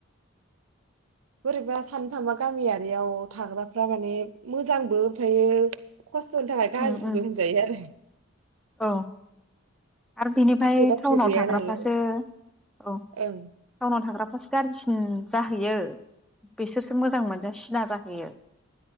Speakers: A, on the right; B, in the centre.
A: बोरैबा सान्नो थांबा गामियारियाव थाग्राफ्रा माने मोजांबो ओमफ्रायो खस्थ'नि थाखाय गाज्रिबो
B: उम उम
A: होनजायो आरो।
B: औ आरो बिनिफ्राय
A: साख्रि बाख्रि
B: टाउनाव
A: गैया
B: थाग्राफ्रासो
A: नालाय
B: औ टाउनाव
A: ओं
B: थाग्रा फ्रासो गाज्रिसिन जाहैयो बिसोरसो मोजां मोनजा सिना जाहैयो।